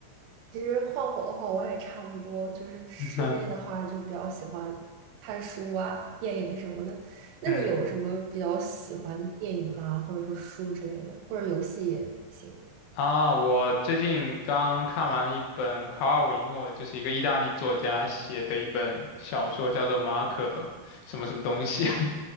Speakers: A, on the right; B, on the left.
A: 其实换我的话，我也差不多，就是室内的话就比较喜欢看书啊、
B: <laughs>
A: 电影什么的。那你有什么比较喜欢的电影吗？
B: 嗯。
A: 或者说书之类的，或者游戏也行。
B: 啊，我最近刚看完了一本卡尔维诺，就是一个意大利作家写的一本小说，叫做《马可什么什么东西啊》